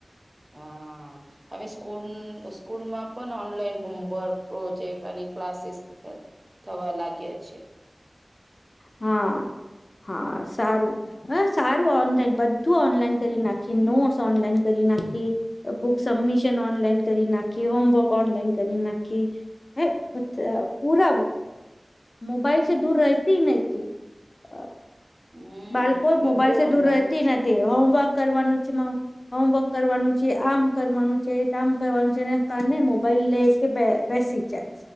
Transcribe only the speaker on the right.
હા. હવે સ્કૂલ સ્કૂલમાં પણ ઓનલાઈન હોમવર્ક પ્રોજેક્ટ અને ક્લાસીસ થ થવા લાગ્યા છે.
હમ
બધું
ઓનલાઈન
જ છે